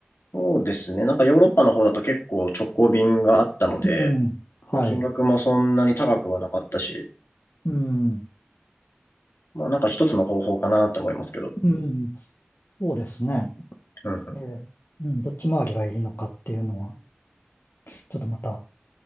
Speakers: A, on the left; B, on the left.
A: そうですね。なんかヨーロッパの方だと結構直行便があったので、
B: うん。はい。
A: まあ、金額もそんなに高くはなかったし、
B: うん。
A: まあなんか一つの方法かなって思いますけど。
B: うん。そうですね。
A: うんうん。
B: えーうん、どっち回りがいいのかっていうのは、ちょっとまた、